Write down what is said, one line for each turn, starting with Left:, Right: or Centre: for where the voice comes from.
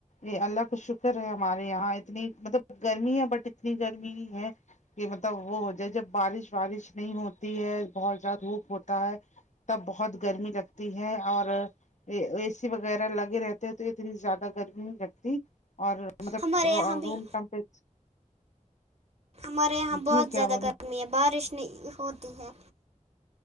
Left: یہ اللہ کا شکر ہے ہمارے یہاں اتنی مطلب گرمی ہے بٹ اتنی گرمی ہی ہے کہ مطلب وہ ہو جائے جب بارش وارش نہیں ہوتی ہے بہت زیادہ دھوپ ہوتا ہے تب بہت گرمی لگتی ہے اور اے سی وغیرہ لگے رہتے ہیں تو اتنی زیادہ گرمی نہیں لگتی اور مطلب
Right: ہمارے یہاں
Left: روم
Right: بھی
Left: تمپر
Right: ہمارے یہاں بہت
Left: جی کیا
Right: زیادہ
Left: بولے
Right: گرمی ہے بارش نہیں ہوتی ہے